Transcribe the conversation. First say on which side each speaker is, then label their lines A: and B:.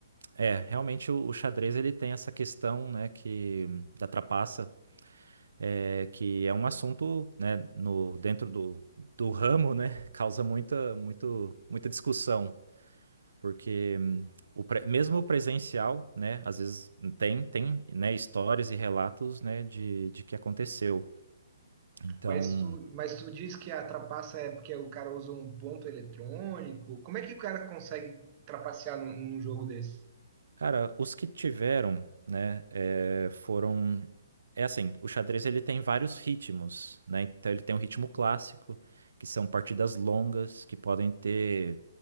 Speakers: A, on the right; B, on the right.
A: é, realmente o, o xadrez ele tem essa questão, né, que da trapaça, é, que é um assunto, né, no, dentro do, do ramo, né, <laughs> causa muita, muito, muita discussão, porque hum, o pre- mesmo o presencial, né, às vezes tem, tem, né, histórias e relatos, né, de, de que aconteceu. Então,
B: Mas tu, mas tu diz que a trapaça é porque o cara usa um ponto eletrônico. Como é que o cara consegue trapacear num, num jogo desse?
A: Cara, os que tiveram, né, é, foram. É assim, o xadrez ele tem vários ritmos, né? Então ele tem um ritmo clássico, que são partidas longas, que podem ter